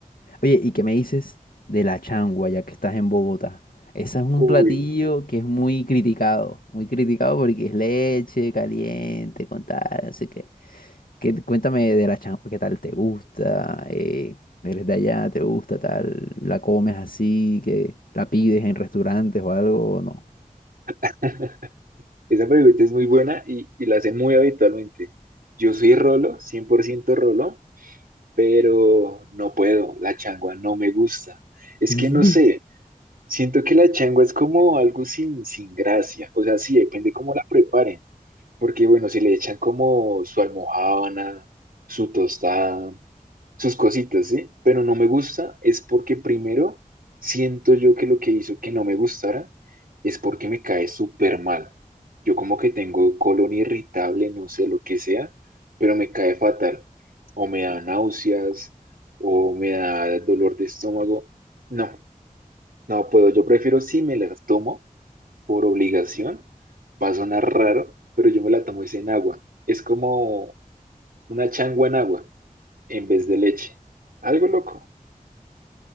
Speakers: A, on the left; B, on the right.
A: Oye, ¿y qué me dices de la changua, ya que estás en Bogotá? Ese es un
B: Uy,
A: platillo
B: no.
A: que es muy criticado, muy criticado porque es leche caliente, con tal, así que, qué ¿Qué- cuéntame de la changua, qué tal te gusta, eh, eres de allá, te gusta tal, la comes así, que la pides en restaurantes o algo, o no.
B: <laughs> Esa pregunta es muy buena y, y la hacen muy habitualmente. Yo soy Rolo, 100% Rolo, pero no puedo, la changua no me gusta. Es
A: <laughs>
B: que no sé, siento que la changua es como algo sin, sin gracia, o sea, sí, depende cómo la preparen, porque bueno, si le echan como su almojábana, su tostada, sus cositas, ¿sí? Pero no me gusta es porque primero siento yo que lo que hizo que no me gustara es porque me cae súper mal. Yo como que tengo colon irritable, no sé lo que sea, pero me cae fatal. O me da náuseas, o me da dolor de estómago. No, no puedo. Yo prefiero si me la tomo por obligación. Va a sonar raro, pero yo me la tomo es en agua. Es como una changua en agua en vez de leche. Algo loco.